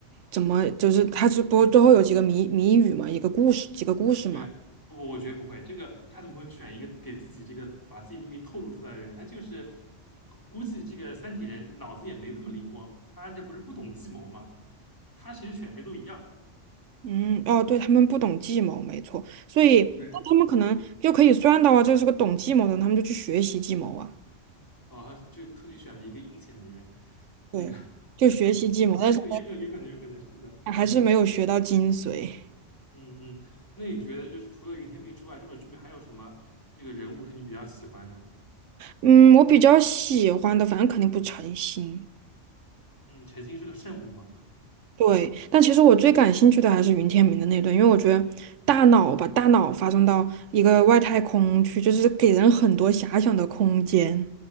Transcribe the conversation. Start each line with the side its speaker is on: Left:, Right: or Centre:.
Right: 怎么就是他是不最后有几个谜谜语嘛，一个故事几个故事嘛。
Left: 对啊，我我觉得不会，这个他怎么会选一个给自己这个把自己秘密透露出来的人？他就是估估计这个三体人脑子也没这么灵光，他这不是不懂计谋嘛？他其实选谁都一样。
Right: 嗯，哦，对，他们不懂计谋，没错，所以那他们可能就可以算到啊，
Left: 对，
Right: 这是个懂计谋的人他们就去学习计谋啊，
Left: 哦，他就特地选了一个阴险的人，
Right: 对，
Left: 这个
Right: 就学习计谋，
Left: <laughs> 也可也可有可能有可能是的，
Right: 但是还是没有学到精髓。
Left: 嗯。嗯嗯，那你觉得就是除了云天明之外，这本书里面还有什么这个人物是你比较喜欢的？
Right: 嗯，我比较喜欢的，反正肯定不诚心，
Left: 嗯，陈星是个圣母嘛？
Right: 对，但其实我最感兴趣的还是云天明的那段，因为我觉得大脑吧，大脑发送到一个外太空去，就是给人很多遐想的空间。